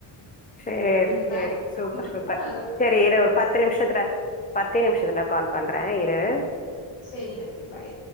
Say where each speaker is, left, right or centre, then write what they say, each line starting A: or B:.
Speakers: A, on the left; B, on the left.
A: சரி
B: அந்த
A: சரி
B: பேக்
A: சூப்பர் சூப்பர்
B: நல்லாருக்கும்.
A: சரி இரு ஒரு பத்து பத்து நிமிஷத்துல பத்து நிமிஷத்துல கால் பண்றேன் இரு
B: சரிங்க பாய்